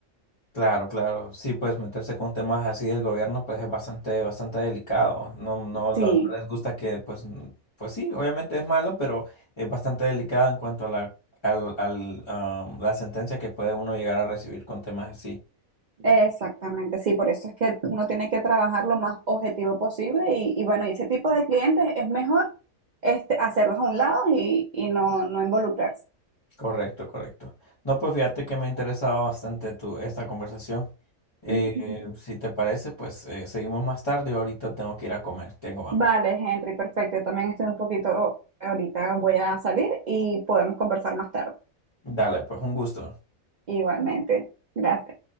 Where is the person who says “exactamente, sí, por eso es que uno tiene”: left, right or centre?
Right